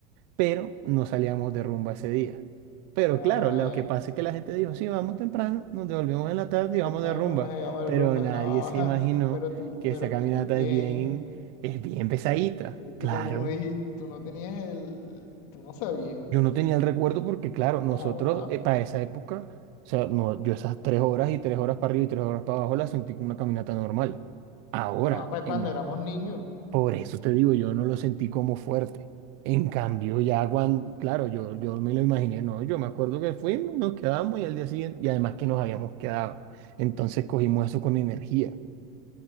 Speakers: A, on the right; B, on the left.
A: pero no salíamos de rumba ese día. Pero
B: Ah,
A: claro, lo
B: ya.
A: que pasa es que la gente dijo, sí, vamos temprano, nos devolvemos en la tarde y vamos
B: Temprano,
A: de rumba.
B: ay, vamos a
A: Pero
B: la rumba.
A: nadie
B: No,
A: se
B: <laughs>
A: imaginó
B: pero tú,
A: que
B: pero
A: esa caminata
B: tú también.
A: es bien, es bien pesadita. Claro,
B: Tú como no dijiste, tú no tenías el, tú no sabías.
A: yo no tenía el recuerdo porque, claro, nosotros
B: No joda.
A: eh, para esa época, o sea, no, yo esas tres horas y tres horas para arriba y tres horas para abajo las sentí como una caminata normal. Ahora,
B: No, pues
A: en,
B: cuando éramos niños.
A: Por eso te digo, yo no lo sentí como fuerte. En cambio, ya cuando, claro, yo, yo me lo imaginé, no, yo me acuerdo que fuimos, nos quedamos y al día siguiente, y además que nos habíamos quedado. Entonces cogimos eso con energía.